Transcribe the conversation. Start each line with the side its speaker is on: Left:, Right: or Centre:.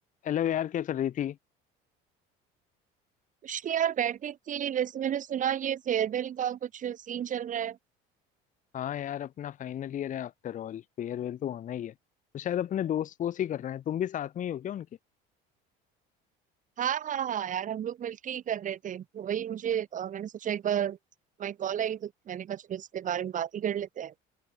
Left: Hello यार क्या कर रही थी
Right: उसकी यार बैठी थी वैसे मैंने सुना ये फेयरवेल का कुछ सीन चल रहा है
Left: हाँ यार अपना फाइनल ईयर है आफ्टर ऑल फेयरवेल तो होना ही है तो शायद अपने दोस्त वोस्त ही कर रहे हैं तुम भी साथ में ही हो क्या उनके
Right: हाँ हाँ हाँ यार हम लोग मिलके ही कर रहे थे तो वही मुझे अ, मैंने सोचा एक बार माई कॉल आई तो मैंने कहा चलो इसके बारे में बात ही कर लेते हैं